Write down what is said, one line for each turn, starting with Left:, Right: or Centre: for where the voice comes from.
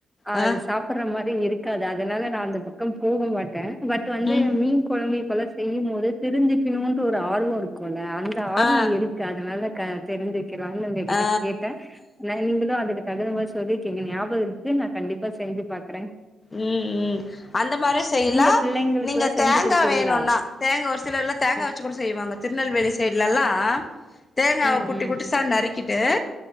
Centre: அது
Left: ஆ
Centre: சாப்புட்ற மாரி எப்டியு இருக்காது அதனால நா அந்த பக்கம் போக மாட்ட பட் வந்து
Left: ம்
Centre: மீன் கொழம்பு இப்பலா செய்யும் போது திரிஞ்சுக்கணுன்ட் ஒரு ஆர்வ இருக்குல்ல அந்த ஆர்வ
Left: ஆ
Centre: இருக்கு அதனால க தெரிஞ்சு க்லானு உங்ககிட்ட
Left: ஆ
Centre: கேட்ட நீங்களு அதுக்கு தகுந்த மாரி சொல்லிருக்கிங்க ஞாபக இருக்கு நா கண்டிப்பா செஞ்சு பாக்குறே
Left: ம் ம் அந்த மாரியு செய்யலா
Centre: நீங்க பிள்ளைங்களுக்குல்லா
Left: நீங்க
Centre: செஞ்சு
Left: தேங்கா
Centre: குடுப்பீங்களா
Left: வேணுன்னா தேங்கா ஒரு சிலர்லா தேங்கா
Centre: ம்
Left: வெச்சு கூட செய்வாங்க திருநெல்வேலி சைடெ ல்லா தேங்காவ
Centre: ம்
Left: குட்டி
Centre: ம்
Left: குட்டிசா நறுக்கிட்டு